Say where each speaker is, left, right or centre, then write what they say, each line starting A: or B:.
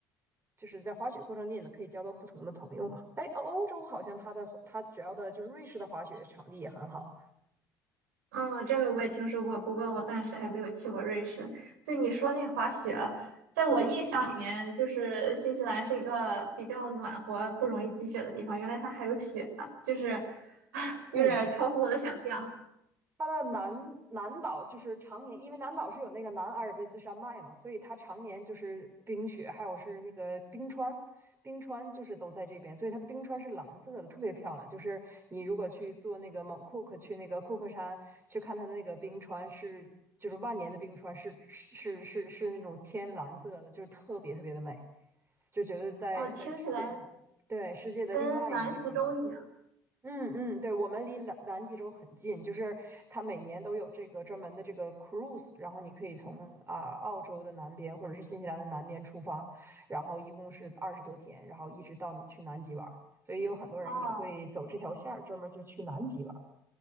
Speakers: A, on the right (about 25°); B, on the right (about 90°).
A: 就是在滑雪过程中，呢，可以交到不同的朋友嘛。哎，欧欧洲好像它的它主要的就是瑞士的滑雪场地也很好。
B: 嗯，这个我也听说过，不过我暂时还没有去过瑞士。对你说那滑雪，在我印象里面，就是新西兰是一个比较暖和、不容易积雪的地方，原来它还有雪啊，就是 <laughs> <sighs> 有点超乎我的想象。
A: 嗯，它的南南岛就是常年，因为南岛是有那个南阿尔卑斯山脉嘛，所以它常年就是冰雪，还有是那个冰川，冰川就是都在这边，所以它的冰川是蓝色的，特别漂亮。就是你如果去坐那个蒙库克，去那个库克山去看它的那个冰川是，就是万年的冰川是是是是那种天蓝色的，就是特别特别的美，就觉得在在世界的，
B: 哦，听起来
A: 对，世界的另外一个地方。
B: 跟南极洲一样。
A: 嗯嗯，对，我们离南南极洲很近，就是它每年都有这个专门的这个 cruise，然后你可以从啊、澳洲的南边或者是新西兰的南边出发，然后一共是二十多天，然后一直到去南极玩儿，所以有很多人也会走这条线儿，
B: 哦
A: 专门就去南极玩儿。